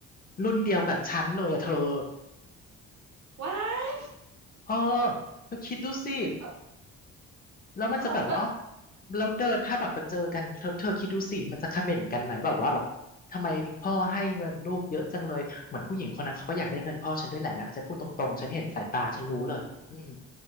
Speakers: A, on the left; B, on the right.
A: รุ่นเดียวกับฉันเลยอ่ะเธอ
B: ว้าย
A: เออเธอคิดดูสิ
B: เอ
A: แล้วมันจะแบบว่า
B: อเขาแบบ
A: แล้วเดินถ้าแบบไปเจอกันเธอเธอคิดดูสิมันจะคอมเมนต์กันไหมแบบว่าแบบทำไมพ่อให้เงินลูกเยอะจังเลยเหมือนผู้หญิงคนนั้นเขาก็อยากได้เงินพ่อฉันด้วยแหละนะฉันพูดตรงๆฉันเห็นสายตาฉันรู้เลยอืม